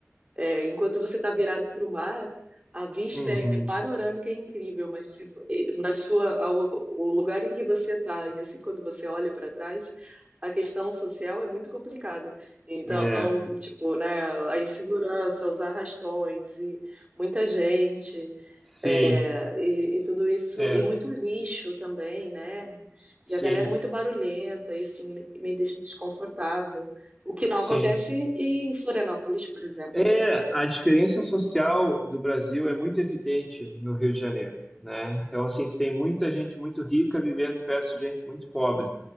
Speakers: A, on the right (about 30°); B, in the centre.
A: é, enquanto você está virado para o mar, a vista
B: uhum,
A: é panorâmica, é incrível, mas se, na sua ao- o lugar em que você está e assim quando você olha para trás, a questão social é muito complicada. Então,
B: é,
A: tipo, né, a insegurança, os arrastões e muita gente.
B: sim,
A: É, e, e tudo isso,
B: é,
A: e muito lixo também, né?
B: sim,
A: E a galera é muito barulhenta, isso me, me deixa desconfortável. O que não
B: sim.
A: acontece em em Florianópolis, por exemplo.
B: É, a diferença social do Brasil é muito evidente no Rio de Janeiro, né? Então, assim, você tem muita gente muito rica vivendo perto de gente muito pobre.